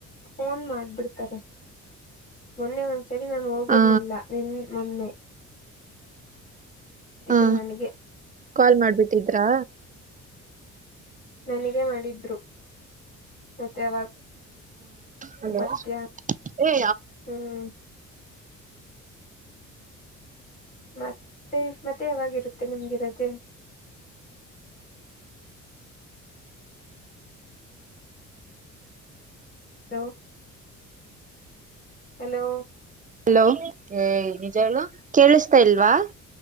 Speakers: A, on the left; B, on the right.
A: ಫೋನ್ ಮಾಡ್ಬಿಡ್ತಾರೆ ಮೊನ್ನೆ ಒಂದ ಸರಿ ನಾನು ಹೋಗಿರ್ಲಿಲ್ಲ
B: ಆ
A: ನಿನ್ ಮೊನ್ನೆ. ಇದ್ರು
B: ಹಾ
A: ನನಗೆ
B: ಕಾಲ್ ಮಾಡ್ಬಿಟ್ಟಿದ್ರಾ.
A: ನನಿಗೆ ಮಾಡಿದ್ರು. ಮತ್ತೆ ಯಾಗಗ್
B: ಹಲೋ
A: ಬರ್ತ್ಯ
B: ಏ
A: ಹ್ಮ್ ಮತ್ತೆ, ಮತ್ತೆ ಯಾವಾಗಿರುತ್ತೆ ನಿಮ್ಗೇ ರಜೆ. ಹಲೋ ಹಲೋ
B: ಹಲೋ ಏ ನಿಜ ಹೇಳು ಕೇಳಿಸ್ತಾ ಇಲ್ವಾ